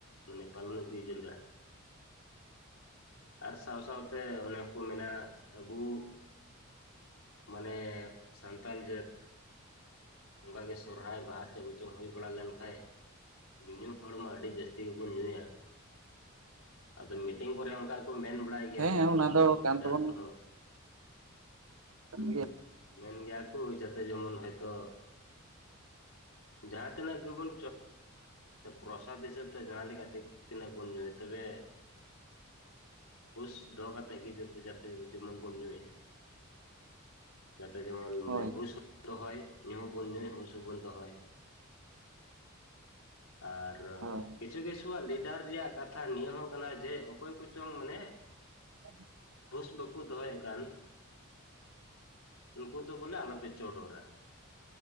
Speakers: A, on the left; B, on the right.
A: ᱢᱟᱱᱮ ᱯᱟᱞᱚᱱ ᱤᱫᱤ, ᱡᱮᱞ ᱫᱟ ᱟᱨ ᱥᱟᱶ ᱥᱟᱶᱛᱮ ᱚᱱᱮ ᱠᱚ ᱢᱮᱱᱟ ᱟᱵᱩ ᱢᱟᱱᱮ ᱥᱟᱱᱛᱟᱞ ᱡᱟᱹᱛ ᱚᱱᱠᱟᱟᱜ ᱜᱮ ᱥᱚᱨᱦᱦᱟᱭ ᱵᱟᱦᱟ ᱪᱮᱫ ᱠᱚᱪᱚᱝ ᱦᱩᱭ ᱵᱟᱲᱟ ᱞᱮᱱᱠᱟᱱ, ᱧᱩ ᱧᱩ ᱦᱚᱲ ᱢᱟ ᱟᱹᱰᱤ ᱡᱟᱹᱥᱛᱤ ᱜᱮᱵᱚᱱ ᱧᱩᱭᱟ, ᱟᱫᱚ ᱢᱤᱴᱤᱝ ᱠᱚᱨᱮ ᱚᱱᱠᱟ ᱜᱮ ᱠᱚ ᱢᱮᱱ ᱵᱟᱲᱟᱭ ᱜᱮᱭᱟ
B: ᱦᱮᱸ
A: ᱞᱟᱹᱴᱩ
B: ᱦᱮᱸ ᱚᱱᱟ
A: ᱞᱟᱹᱴᱩ
B: ᱫᱚ ᱠᱟᱱ
A: ᱞᱤᱰᱟᱨ
B: ᱛᱟᱵᱚᱱ
A: ᱠᱚᱦᱚᱸ ᱦᱮᱸ
B: ᱜᱮᱭᱟ
A: ᱢᱮᱱ ᱜᱮᱭᱟ ᱠᱚ ᱡᱟᱛᱮ ᱡᱮᱢᱚᱱ ᱦᱚᱳᱭᱛᱳ, ᱡᱟᱦᱟᱸ ᱛᱤᱱᱟᱹᱜ ᱜᱮᱵᱚᱱ ᱥᱮ ᱪᱨᱚᱥᱟᱫ ᱦᱤᱥᱟᱹᱵ ᱛᱮ ᱡᱟᱦᱟᱸ ᱞᱮᱠᱟᱛᱮ, ᱛᱤᱱᱟᱹᱜ ᱵᱚᱱ ᱧᱩᱭᱭᱟ ᱛᱚᱵᱮ ᱯᱩᱥ ᱫᱚᱦᱚ ᱠᱟᱛᱮ ᱜᱮ ᱡᱚᱛᱚ ᱡᱟ ᱡᱮᱢᱚᱱ ᱵᱚᱱ ᱧᱩᱭ ᱡᱟᱛᱮ ᱡᱮᱢᱚᱱ ᱢᱟᱱᱮ
B: ᱦᱳᱭ
A: ᱦᱩᱥ ᱦᱚᱸ ᱫᱚᱦᱚᱭ ᱧᱩ ᱵᱚᱱ ᱧᱩᱭ ᱦᱩᱥᱩ ᱵᱚᱱ ᱫᱚᱦᱚᱭ ᱟᱨ, ᱟᱨ
B: ᱦᱳᱭ
A: ᱠᱤᱪᱷᱩ ᱠᱤᱪᱷᱩᱣᱟᱜ ᱞᱤᱰᱟᱨ ᱨᱮᱭᱟᱜ ᱠᱟᱛᱷᱟ ᱱᱤᱭᱟᱹ ᱦᱚᱸ ᱠᱟᱱᱟ ᱡᱮ ᱚᱠᱚᱭ ᱠᱚᱪᱚᱝ ᱢᱟᱱᱮ,
B: <unintelligible>
A: ᱜᱷᱩᱸᱥ ᱵᱟᱠᱩ ᱫᱚᱦᱚᱭᱮᱫ ᱠᱟᱱ, ᱩᱱᱠᱩ ᱫᱚ ᱵᱚᱞᱮ ᱟᱞᱚᱯᱮ ᱪᱚᱰᱚᱨᱟ,